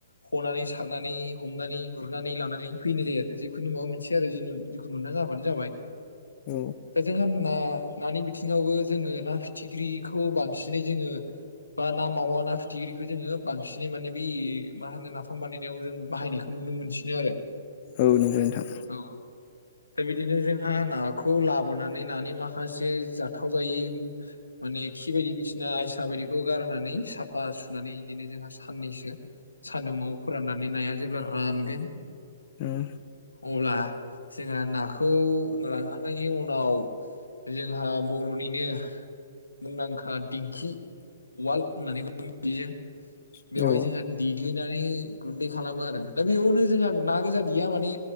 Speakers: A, on the left; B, on the left.
A: हनानै सारनानै हमनानै गुरनानै लानानै फैनाय जायो आरो जिखुनु माबा मोनसे आरोुजखुनु मोना जाबाय। होबानो जाबाय
B: औ
A: दा जोंहा ना नानि बिथिङावबो जोङो ना फिथिख्रिखौ बांसिनै जोङो बा ना मावा ना फिथिख्रिखौ जोङो बांसिनै माने बै मा होनो नाफाम बानायनायाव जों बाहायनायखौ नुनो मोनसिनो आरो
B: औ नंगौ नोंथां औ नंगौ नोंथां
A: औ। दा बिदिनो जोंहा नाखौ लाबोनानै नानि माखासे जाथाव जायै माने खिबायदि बिसिना साबायदिखौ गारनानै साफा सुनानै बिदिनो जोंहा साननैसो सानदुुंव फोराननानै नाया जेब्ला रानगोन
B: औ
A: अब्ला जों नाखौ रानखांनायनि उनाव जोंहा बर'निनो मुंदांखा दिंखि उवाल होननानैबो मिथियो। बेवहाय
B: नंगौ
A: जोंहा दि ग्लिनानै गुन्दै खालामो आरो दा बेयावनो जोंहा ना गोजा गया माने